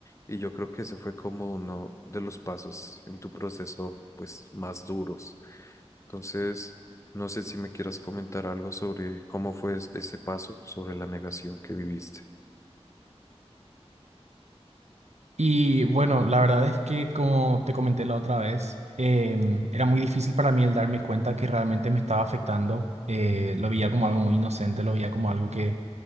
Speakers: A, on the left (about 25°); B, on the right (about 85°).
A: y yo creo que ese fue como uno de los pasos en tu proceso pues más duros. Entonces, no sé si me quieras comentar algo sobre cómo fue es- ese paso, sobre la negación que viviste.
B: Y bueno, la verdad es que como te comenté la otra vez, em, era muy difícil para mí el darme cuenta que realmente me estaba afectando. Eh, lo veía como algo muy inocente, lo veía como algo que,